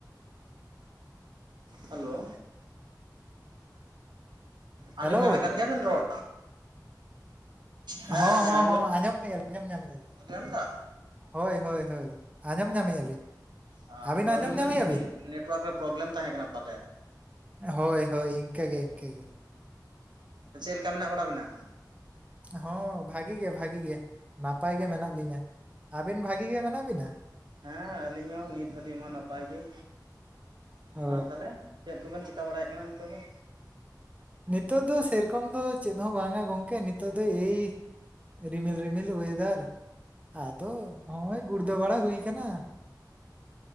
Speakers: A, on the right (about 80°); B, on the right (about 20°).
A: ᱦᱟᱞᱳ᱾ ᱟᱸᱡᱚᱢ
B: ᱦᱮᱞᱳ
A: ᱧᱟᱢᱮᱜ ᱠᱟᱱ ᱜᱮᱭᱟ ᱵᱮᱱ ᱨᱚᱲ? ᱦᱮᱸ
B: ᱦᱚᱸ
A: ᱦᱮᱸ
B: ᱦᱚᱸ
A: ᱟᱸᱡᱚᱢ
B: ᱦᱚᱸ ᱟᱹᱡᱚᱢ <inaudible> ᱟᱸᱡᱚᱢ ᱧᱟᱢᱮᱜᱼᱟᱹ ᱞᱤᱧ
A: ᱟᱸᱡᱚᱢ ᱫᱟ
B: ᱦᱳᱭ ᱦᱳᱭ ᱦᱳᱭ ᱟᱸᱡᱚᱢ ᱧᱟᱢᱮᱜᱼᱟ ᱞᱤᱧ᱾
A: ᱦᱚ
B: ᱟᱹᱵᱤᱱ
A: ᱯᱟᱹᱦᱤᱞ
B: ᱟᱸᱡᱚᱢ ᱧᱟᱢᱮᱜᱼᱟ
A: ᱫᱚ ᱡᱟᱹᱱᱤᱡ
B: ᱵᱤᱱ?
A: ᱱᱮᱴᱣᱟᱨᱠ ᱨᱮ ᱯᱨᱚᱵᱞᱮᱢ ᱛᱟᱦᱮᱸ ᱠᱟᱱᱟ ᱯᱟᱞᱮ?
B: ᱦᱳᱭ ᱦᱳᱭ ᱤᱝᱠᱟᱹ ᱜᱮ ᱤᱝᱠᱟᱹ ᱜᱮ᱾
A: ᱪᱮᱜ ᱞᱮᱠᱟ ᱢᱮᱱᱟᱜ ᱵᱟᱲᱟ ᱵᱮᱱᱟ?
B: ᱦᱚᱸ ᱵᱷᱟᱜᱤ ᱜᱮ ᱵᱷᱟᱜᱤ ᱜᱮ ᱱᱟᱯᱟᱭ ᱜᱮ ᱢᱮᱱᱟᱜ ᱞᱤᱧᱟ᱾ ᱟᱹᱵᱮᱱ ᱵᱷᱟᱜᱤ ᱜᱮ ᱢᱮᱱᱟᱜ ᱵᱤᱱᱟ?
A: ᱦᱮᱸ ᱟᱹᱞᱤᱧ ᱦᱚᱸ ᱱᱤᱛ ᱦᱟᱹᱞᱤᱜ ᱢᱟ ᱱᱟᱯᱟᱭ ᱜᱮ,
B: ᱚ
A: ᱟᱨ ᱛᱟᱦᱞᱮ ᱪᱮᱫ ᱠᱚᱵᱮᱱ ᱪᱤᱠᱟᱹ ᱵᱟᱲᱟᱭᱮᱜ ᱠᱟᱱᱟ ᱱᱤᱛᱚᱜ ᱫᱚ?
B: ᱱᱤᱛᱚᱜ ᱫᱚ ᱥᱮᱨᱚᱠᱚᱢ ᱫᱚ ᱪᱮᱫ ᱦᱚᱸ ᱵᱟᱝᱟ ᱜᱚᱝᱠᱮ ᱱᱤᱛᱚᱜ ᱫᱚ ᱮᱭ ᱨᱤᱢᱤᱞ ᱨᱤᱢᱤᱞ ᱳᱭᱮᱫᱟᱨ ᱟᱫᱚ ᱦᱚᱸᱜᱼᱚᱭ ᱜᱩᱲᱫᱟᱹ ᱵᱟᱲᱟ ᱦᱩᱭ ᱠᱟᱱᱟ᱾